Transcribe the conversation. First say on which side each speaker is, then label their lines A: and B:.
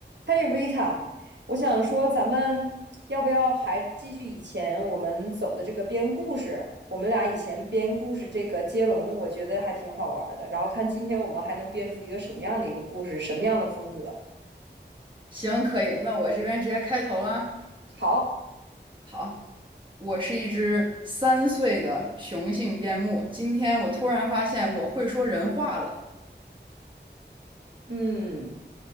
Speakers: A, on the right (about 70°); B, on the right (about 25°).
A: 嘿，Rita，我想说，咱们要不要还继续以前我们走的这个编故事？我们俩以前编故事这个接龙，我觉得还挺好玩儿的。然后看今天我们还能编出一个什么样的一个故事，什么样的风格？
B: 行，可以，那我这边直接开头啦。
A: 好，
B: 好，我是一只三岁的雄性边牧。今天我突然发现我会说人话了。
A: 嗯，